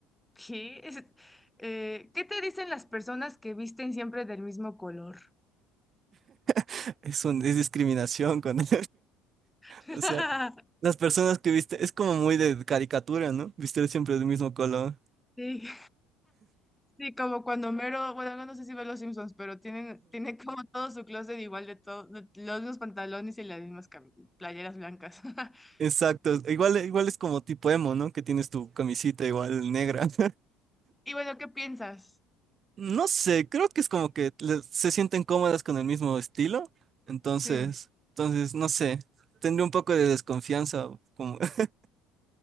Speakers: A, in the centre; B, on the right (about 40°).
A: ¿Qué? Es- eh, ¿qué te dicen las personas que visten siempre del mismo color?
B: <laughs> es, un, es discriminación con <laughs> él.
A: <laughs>
B: O sea, las personas que viste, es como muy de caricatura, ¿no? Viste siempre del mismo color.
A: Sí, sí, como cuando Homero, bueno, no sé si ve los Simpsons, pero tienen, tiene como todo su closet igual de todo, de los mismos pantalones y las mismas cam- playeras blancas. <laughs>
B: Exacto, igual, igual es como tipo emo, ¿no? Que tienes tu camisita igual negra. <laughs>
A: Y bueno, ¿qué piensas?
B: No sé, creo que es como que le- se sienten cómodas con el mismo estilo, entonces,
A: Sí.
B: entonces, no sé, tendría un poco de desconfianza, como, <laughs>